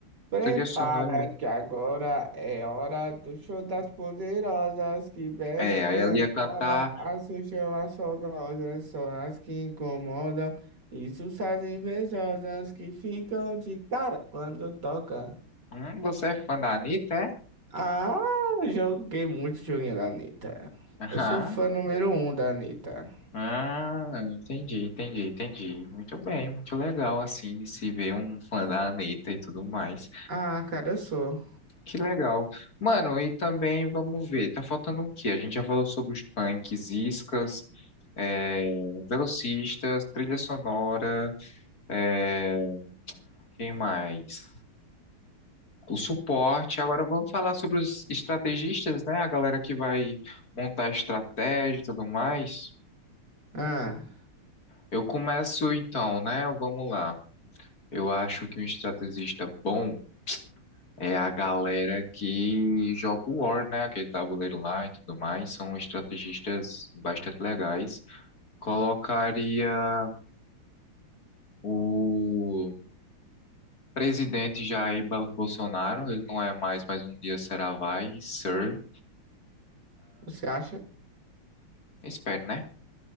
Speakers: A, on the right (about 50°); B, on the left (about 45°).
A: Prepara
B: Trilha sonora.
A: que agora é hora do show das poderosas que mexe
B: É,
A: e
B: aí ela
A: rebola,
B: ia cantar.
A: assustam as fogosas, são as que incomodam, isso as invejosas que ficam de cara quando toca.
B: Hum, você é fã da Anitta, é?
A: Ah, eu joguei muito joguinho da Anitta.
B: Aham.
A: Eu sou fã número um da Anitta.
B: Ah, entendi, entendi, entendi. Muito bem, muito legal, assim, de se ver um fã da Anitta e tudo mais.
A: Ah, cara, eu sou.
B: Que legal. Mano, e também, vamos ver, tá faltando o quê? A gente já falou sobre os punks, iscas, é, velocistas, trilha sonora. É, quem mais? O suporte. Agora vamos falar sobre os estrategistas, né? A galera que vai montar estratégia e tudo mais.
A: Ah,
B: Eu começo então, né? Vamos lá. Eu acho que um estrategista bom é a galera que joga o War, né? Aquele tabuleiro lá e tudo mais. São estrategistas bastante legais. Colocaria o presidente Jair Bolsonaro. Ele não é mais, mas um dia será vai, sir.
A: você acha?
B: Espero, né?